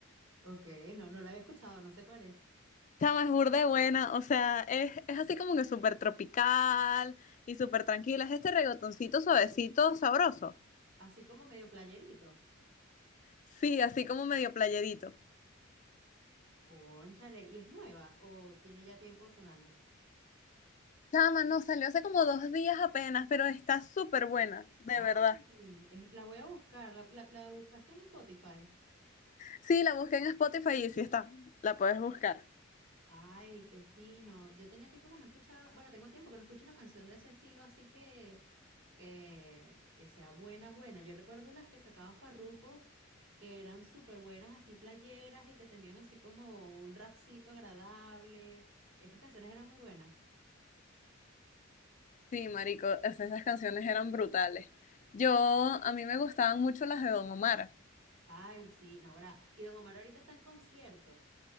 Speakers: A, on the right; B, on the left.
A: Ok, no, no la había escuchado, no sé cuál es.
B: Chama, es burda de buena, o sea, es, es así como que súper tropical y súper tranquila. Es este reggaetoncito suavecito, sabroso.
A: Así como medio playerito.
B: Sí, así como medio playerito.
A: Cónchale, ¿y es nueva o tiene ya tiempo sonando?
B: Chama, no, salió hace como dos días apenas, pero está súper buena, de
A: Ay,
B: verdad.
A: es- la voy a buscar. ¿La, la- la buscaste en Spotify?
B: Sí, la busqué en Spotify y sí está. La puedes buscar.
A: Ay, qué fino. Yo tenía tiempo que no escuchaba, bueno, tengo tiempo que no escucho una canción de ese estilo, así que que, que sea buena, buena. Yo recuerdo las que sacaba Farruko, que eran súper buenas, así playeras y que tenían así como un rapcito agradable. Esas canciones eran muy buenas.
B: Sí, marico, es- esas canciones eran brutales. Yo, a mí me gustaban mucho las de Don Omar.
A: Ay, sí, Naguará. Y Don Omar ahorita está en concierto.